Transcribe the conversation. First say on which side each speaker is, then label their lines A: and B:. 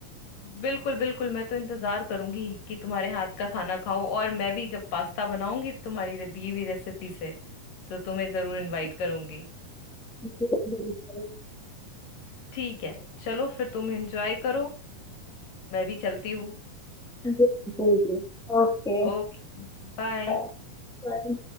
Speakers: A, on the left; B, in the centre.
A: बिल्कुल बिल्कुल मैं तो इंतजार करूंगी कि तुम्हारे हाथ का खाना खाऊं और मैं भी जब पास्ता बनाऊंगी तुम्हारी रे- दी हुई रेसिपी से तो तुम्हें जरूर इनवाइट करूंगी
B: <laughs> जी, बिल्कुल।
A: ठीक है चलो फिर तुम एंजॉय करो मैं भी चलती हूँ
B: जी जी जी ओके
A: ओके बाय
B: बाय बाय।